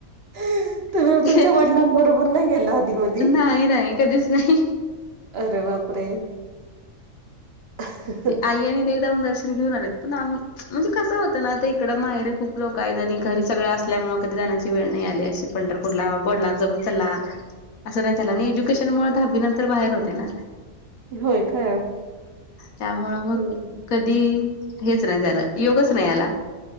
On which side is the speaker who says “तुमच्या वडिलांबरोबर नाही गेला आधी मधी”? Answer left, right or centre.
Right